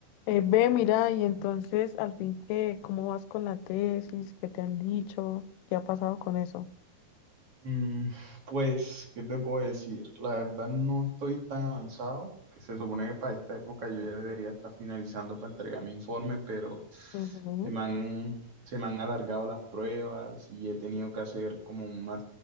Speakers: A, on the left; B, on the right.
A: Eh, ve, mira, y entonces al fin qué, ¿cómo vas con la tesis? ¿Qué te han dicho? ¿Qué ha pasado con eso?
B: Mm, pues, ¿qué te puedo decir? La verdad no estoy tan avanzado, que se supone que para esta época yo ya debería estar finalizando para entregar mi informe, pero
A: Ujú.
B: se me han, se me han alargado las pruebas y he tenido que hacer como una